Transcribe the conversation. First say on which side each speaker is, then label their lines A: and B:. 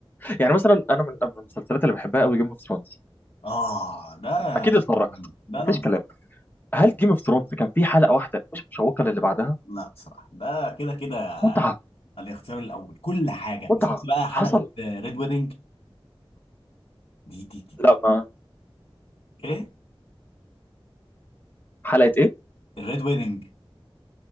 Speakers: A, on the left; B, on the left.
A: يعني مثلا انا من من المسلسلات اللي بحبها قوي جيم اوف ثرونز
B: اه ده
A: اكيد
B: نمبر
A: اتفرجت
B: واحد، ده
A: مفيش
B: نمبر
A: كلام
B: 1
A: هل جيم اوف ثرونز كان فيه حلقه واحده مش مشوقه للي بعدها
B: لا بصراحه ده كده كده
A: متعه
B: الاختيار الاول كل حاجه
A: متعه
B: شفت بقى حلقه
A: حصل
B: ريد ويدنج دي دي دي
A: لا ما
B: ايه
A: حلقه ايه
B: الريد ويدنج